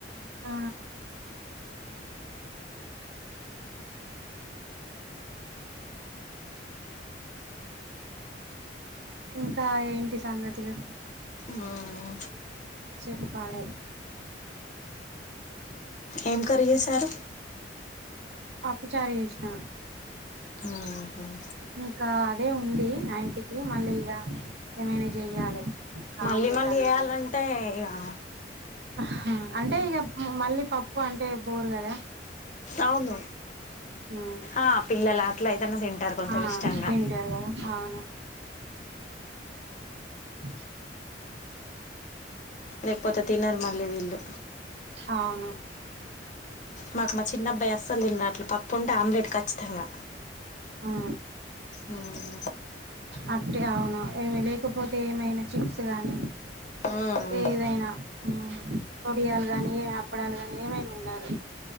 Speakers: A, on the right; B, on the left.
A: ఆ ఇంకా ఏంటి సంగతులు
B: మ్మ్.
A: చెప్పలే
B: ఏం కర్రి చేసారు.
A: పప్పు చారూ చేసిన
B: మ్మ్.
A: ఇంకా అదే ఉంది. నైట్కి మళ్ళ ఇగా ఏమైనా చెయ్యాలి. ఇంకా
B: మళ్ళీ
A: ఆమ్లెట్
B: మళ్ళీ
A: అన్నా
B: చేయాన్లంటే ఇగా
A: హా అంటే ఇగా మళ్ళీ పప్పు అంటే బోరు గాదా
B: అవును
A: ఉమ్
B: ఆ పిల్లలు అట్లా అయితనే తింటారు. కొంచెం
A: ఆ
B: ఇష్టంగా
A: తింటారు గాద అవును ఓే
B: లేకపోతే తినరు మళ్ళీ వీళ్ళు
A: అవును
B: మాకు మా చిన్నబ్బయ అసలు తినడు అట్లా పప్పు ఉంటే ఆమ్లెట్ ఖచ్చితంగా
A: హ్
B: మ్మ్.
A: అట్టే అవును ఏమి లేకపోతే ఏమైనా చిప్స్ గాని
B: మ్మ్.
A: ఏదైనా ఉ వొడియాలు గాని ఏ అప్పడాలు గాని ఏమైనా ఉండాలి.